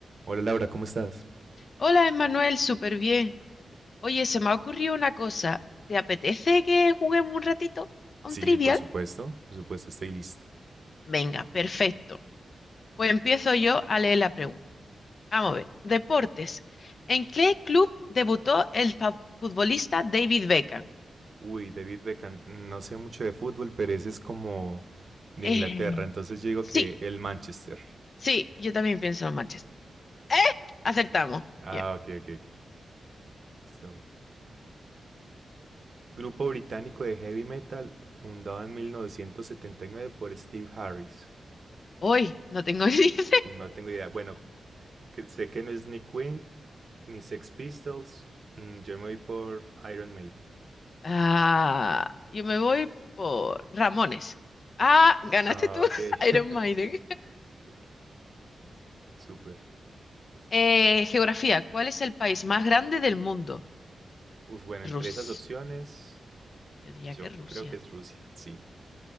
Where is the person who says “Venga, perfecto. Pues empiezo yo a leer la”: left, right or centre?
Left